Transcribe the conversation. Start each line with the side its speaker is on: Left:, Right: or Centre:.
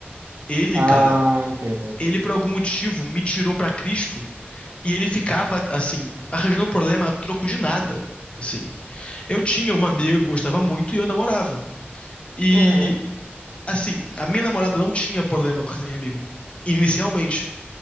Left: Ele,
Right: Ah,
Left: cara,
Right: entendo.
Left: ele, por algum motivo, me tirou pra Cristo E ele ficava, assim, arranjando problema a troco de nada. Assim, eu tinha uma amiga que eu gostava muito e eu namorava. E,
Right: Uhum,
Left: assim, a minha namorada não tinha problema com essa minha amiga, inicialmente.